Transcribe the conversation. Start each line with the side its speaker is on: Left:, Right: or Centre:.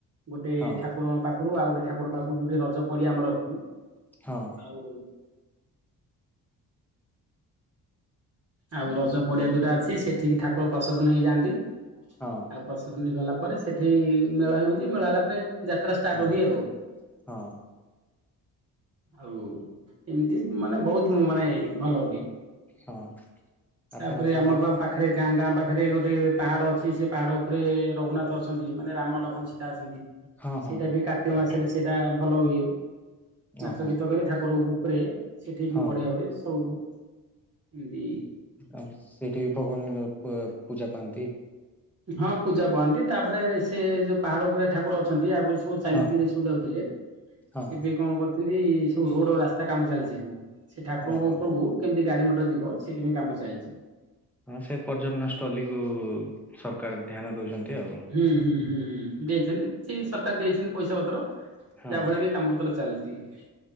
Right: ଗୋଟେ
Centre: ହଁ
Right: ଠାକୁରଙ୍କ ପାଖ ପୃ ଆଉ ଗୋଟେ ଠାକୁର ପାଖୁ ଯୋଉଠି ରଜ ପଡିଆ ଆମର ଅଛି
Centre: ହଁ
Right: ଆଉ ଆଉ ରଜ ପଡିଆ ଯୋଉଟା ଅଛି ସେଥିକି ଠାକୁର ପ୍ରଶେସନ ହେଇଯାଆନ୍ତି
Centre: ହଁ
Right: ଆଉ ପ୍ରଶେସନି ଗଲା ପରେ ସେଠେଇ ମେଳା ହୁଅନ୍ତି ମେଳ ହେଲା ପରେ ଯାତ୍ରା ଷ୍ଟାର୍ଟ
Centre: ହଁ
Right: ହୁଏ ଆଉ
Centre: ହଁ
Right: ଆଉ ଏମିତି ମାନେ ବହୁତ ମୁଁ ମାନେ ଭଲ ହୁଏ
Centre: ହଁ ଆପଣଙ୍କ
Right: ତାପରେ ଆମବଂ ପାଖ୍ ରେ ଗାଁ ଗାଁ ପାଖ୍ ରେ ଗୋଟେ ପାହାଡ ଅଛି ସେ ପାହାଡ଼ ଉପ୍ ରେ ରଘୁନାଥ ଅଛନ୍ତି ମାନେ ରାମ ଲକ୍ଷଣ ଶୀ ତା ଅଛନ୍ତି
Centre: ହଁ ହଁ
Right: ସେଇଟା ବି କାର୍ତ୍ତିକ ମାସରେ ସେଇଟା ଭଲ ହୁଏ ଚା ନାଚ
Centre: ଓହୋ
Right: ଗୀତ କରେ ଠାକୁରକୁ ଉପ୍ ରେ ସେଠି
Centre: ହଁ
Right: ବି ବଢିଆ ହୁଏ ସଉଁ ଇମ୍ଦି
Centre: ଆସ୍ ସେଠି <unintelligible> ପ୍ ପୂଜା ପାଆନ୍ତି
Right: ହଁ ପୂଜା ପାଆନ୍ତି ତାପରେ ସେ ଯ ପାହାଡ ଉପରେ ଠାକୁର ଅଛନ୍ ଯେ ଆଗୁରୁ ସବୁ ଚାଲିକି
Centre: ହଁ
Right: ଯେସବୁ ଯାଉଥିଲେ
Centre: ହଁ
Right: ଏବେ କଣ କରିଛନ୍ତି ସଉ ରୋଡ ଆ ରାସ୍ତା କାମ ଚାଲିଛି ସଉ ସେ ଠାକୁରଙ୍କ
Centre: ଓହୋ
Right: ଉପକୁ କେମିତି ଗାଡି ମଟର ଯିବ ସେଥିପାଇଁ କାମ ଚାଲିଛି
Centre: ହଁ ସେ ପର୍ଯ୍ୟନ ସ୍ଥଲୀକୁୁ ସରକାର ଧ୍ୟାନ ଦଉଛନ୍ତି ଆଉ
Right: ହୁଁ ହୁଁ ହୁଁ ହୁଁ ଦେଇଛନ୍ତି, କିଛି ବି ସରକାର ଦେଇଛନ୍ତି, ପଇସା ପତ୍ର ଯାହା
Centre: ହଁ
Right: ଫଳରେ କି କାମ ପତ୍ର ଚାଲି ଉଁ।